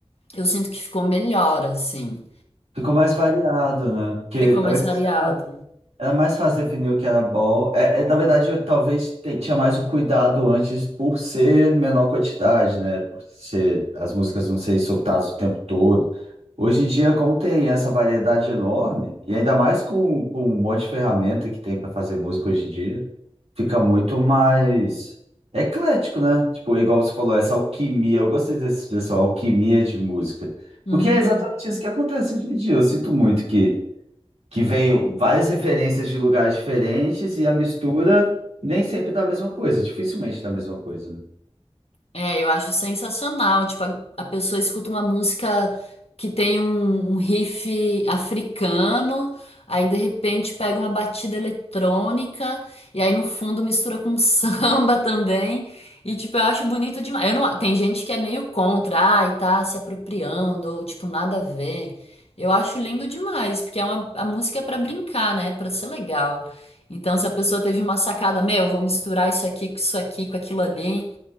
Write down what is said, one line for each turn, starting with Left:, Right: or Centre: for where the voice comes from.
Left: eu sinto que ficou melhor, assim.
Right: Ficou mais variado, né? Porque
Left: Ficou mais
Right: antes
Left: variado.
Right: Era mais fácil definir o que era ball. É, é, na verdade, eu talvez te- tinha mais o cuidado antes por ser menor quantidade, né? Por ser as músicas não serem soltadas o tempo todo. Hoje em dia, como tem essa variedade enorme, e ainda mais com, com um monte de ferramenta que tem para fazer música hoje em dia, fica muito mais eclético, né? Tipo, igual você falou, essa alquimia. Eu gostei dessa expressão, alquimia de música.
Left: Uhum.
Right: Porque é exatamente isso que acontece hoje em dia. Eu sinto muito que que veio várias referências de lugares diferentes e a mistura nem sempre dá a mesma coisa, dificilmente dá a mesma coisa, né?
Left: É, eu acho sensacional. Tipo, a, a pessoa escuta uma música que tem um, um riff africano, aí de repente pega uma batida eletrônica, e aí no fundo mistura com <laughs> samba também. E, tipo, eu acho bonito demais. Eu não, tem gente que é meio contra, ai, tá se apropriando, ou tipo, nada a ver. Eu acho lindo demais, porque é uma, a música é pra brincar, né? Pra ser legal. Então, se a pessoa teve uma sacada, meu, vou misturar isso aqui com isso aqui, com aquilo ali